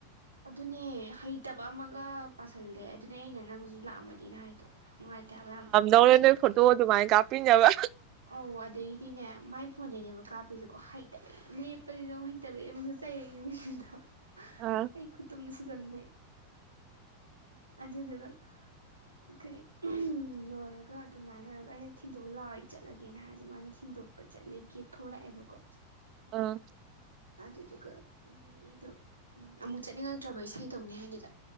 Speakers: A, on the right; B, on the right.
A: ꯑꯗꯨꯅꯦ ꯍꯩꯇꯕ ꯑꯃꯒ ꯄꯥꯁꯜꯂꯦ ꯑꯗꯨꯅꯦ ꯑꯩꯅ ꯅꯪꯖꯨ ꯂꯥꯛꯑꯝꯃꯗꯤ ꯍꯥꯏꯗꯣ ꯅꯨꯡꯉꯥꯏꯇꯕꯦ ꯌꯥꯝ
B: ꯗꯧꯔ‌ꯦꯅꫭꯏ ꯐꯣꯇꯨ ꯇꯨꯃꯥꯥꯏ ꯀꯥꯞꯄꯤꯅꯕ
A: ꯑꯧ ꯑꯗꯒꯤꯗꯤꯅꯦ ꯃꯥꯏ ꯐꯣꯟꯗꯩꯅꯦꯕ ꯀꯥꯞꯄꯤꯁꯀꯣ ꯍꯩꯇꯕꯩ ꯂꯦꯞꯄꯁꯤꯗ ꯇꯕ ꯑꯃꯨꯁꯨ ꯆꯩꯔꯒꯤ ꯃꯤꯗꯣ
B: ꯑꯥ
A: ꯑꯩ ꯈꯨꯠꯇꯨꯝꯗꯁꯨ ꯆꯟꯕꯩ ꯑꯗꯨꯗꯨꯒ ꯑꯩꯈꯩ ꯂꯣꯏꯔꯒ ꯑꯗꯨꯃꯥꯏꯅ ꯑꯣꯏꯔꯒ ꯑꯩꯅ ꯊꯤꯟꯗꯣꯛꯑ ꯂꯥꯛꯑꯣꯏ ꯆꯠꯂꯒꯦꯅ ꯍꯥꯏꯔꯁꯦ ꯃꯥꯁ ꯊꯤꯟꯗꯣꯛ ꯆꯠꯂꯦ ꯒꯦꯠ ꯐꯧꯂꯥꯛꯑꯦꯕꯀꯣ
B: ꯑ
A: ꯑꯗꯨꯗꯨꯒ ꯎꯝ ꯑꯩꯗꯣ ꯎꯝ ꯑꯃꯨꯛ ꯆꯠꯅꯤꯡꯉꯛꯇ꯭ꯔꯕ ꯏꯁꯩꯗꯧꯅꯦ ꯍꯥꯏꯗꯨꯗ